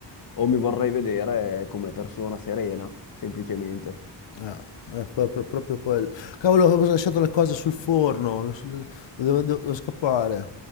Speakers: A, on the left; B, on the left.
A: o mi vorrei vedere come persona serena, semplicemente.
B: Ah, è proprio quello. Cavolo, ho lasciato le cose sul forno, lo- lo- devo, devo devo scappare.